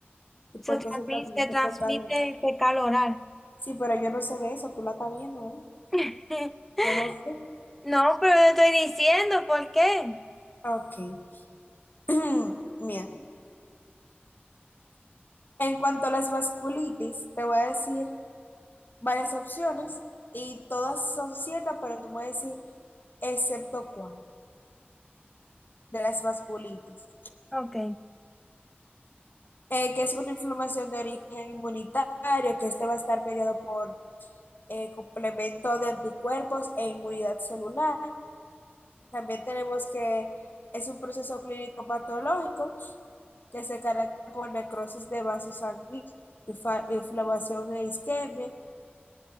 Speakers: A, on the left; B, in the centre.
A: y porque
B: Se transmite,
A: se transmite
B: se transmite
A: fetal.
B: fecal oral.
A: Sí, pero yo no sé de eso, tú la estás viendo, ¿eh?
B: <laughs>
A: Yo no sé.
B: No, pero yo estoy diciendo por qué.
A: Ok. <clears throat> Bien. En cuanto a las vasculitis, te voy a decir varias opciones y todas son ciertas, pero tú me vas a decir excepto cuál de las vasculitis,
B: Ok,
A: Eh, que es una inflamación de origen inmunitario, que este va a estar mediado por eh, complemento de anticuerpos e inmunidad celular. También tenemos que es un proceso clínico patológico que se caracteriza por necrosis de vasos sanguíneos, infa- inflamación e isquemia,